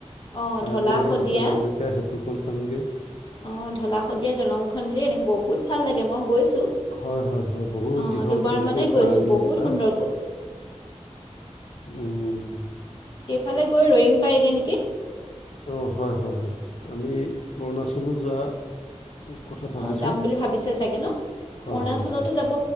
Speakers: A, on the left; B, on the left.
A: অঁ
B: কাইলৈ
A: ঢলা
B: সেই
A: শদিয়া
B: ভূপেন হাজৰিক সেতুখন চাম গে
A: অঁহ ধলা শদিয়া দলংখন ৰে এনে বহুত ভাল লাগে মই গৈছোঁ
B: হয় হয় হয় বহুত
A: অঁ
B: দীঘল
A: দুবাৰ
B: কিন্তু
A: মানে
B: দেই
A: গৈছোঁ
B: টাৰ্ণিং
A: বহুত
B: থকা
A: সুন্দৰ গ-
B: উম
A: সেইফালে গৈ ৰয়িং পায়গে নেকি
B: অহ হয় হয় হয় আমি অৰুণাচলত যোৱা কথা ভাবিছোঁ।
A: অহ যাম বুলি ভাবিছে চাগে ন
B: হয়,
A: অৰুণাচলতো
B: হয়, হয়, হয়।
A: যাব